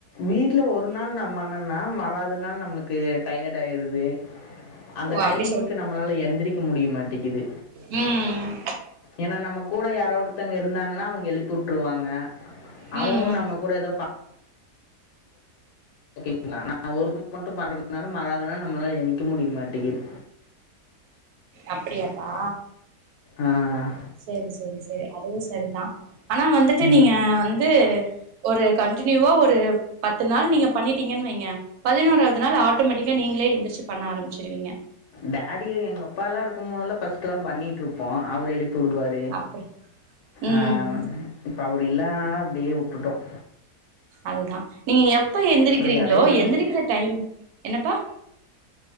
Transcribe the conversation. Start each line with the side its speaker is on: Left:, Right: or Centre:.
Left: வீட்டுல ஒரு நாள் நா பண்ணன்னா மராது நாள் நம்மளுக்கு டயர்ட் ஆயிடுது அந்த
Right: ஓ
Left: டைமிங்க்கு
Right: அப்டி
Left: நம்மளால எந்திரிக்க முடிய மாட்டிக்குது
Right: உம்
Left: ஏன்னா நம்ம கூட யாரோ ஒருத்தவங்க இருந்தாங்கன்னா அவுங்க எழுப்பி விட்டுருவாங்க
Right: ம்
Left: அவுங்களும் நம்ம கூட ஏதோ ஓகேங்களா நா ஒருத்தன் மட்டும் பண்றதுனால மராது நாள் நம்மளால ஏந்திரிக்க முடிய மாட்டேங்குது
Right: அப்படியாப்பா
Left: ஆ ஆ
Right: சேரி சேரி சேரி அதுவும் சரிதான் ஆனா வந்துட்டு
Left: ம்.
Right: நீங்க வந்து ஒரு கண்டினியூவா ஒரு பத்து நாள் நீங்க பண்ணிட்டீங்கன்னு வைங்க பதினோராவது நாள் ஆட் ஆட்டோமேட்டிக்கா நீங்களே எந்திருச்சு பண்ண ஆரமிச்சுருவீங்க
Left: டேடியே எங்க அப்பாலாம் இருக்கும் போதுலாம் ஃபர்ஸ்ட் தான் பண்ணிகிட்டுருப்போம் அவரு எழுப்பி வுடுவாரு
Right: அப்டி ம்
Left: அது ஆ இப்ப அவரு இல்லாதனால அப்படியே வுட்டுட்டோம்
Right: அதுதான் நீங்க எப்ப எந்திரிக்கிறீங்களோ
Left: அப்புறம் இடையில
Right: எந்திரிக்கிற டைம் என்னப்பா